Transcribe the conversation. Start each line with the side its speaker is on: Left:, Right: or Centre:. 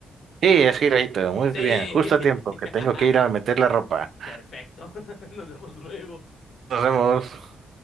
Right: Sí, es Hirohito. Muy
Left: Sí.
Right: bien. Justo a tiempo, que
Left: <laughs>
Right: tengo que ir a meter la ropa.
Left: Perfecto. <laughs> Nos vemos luego.
Right: Nos vemos.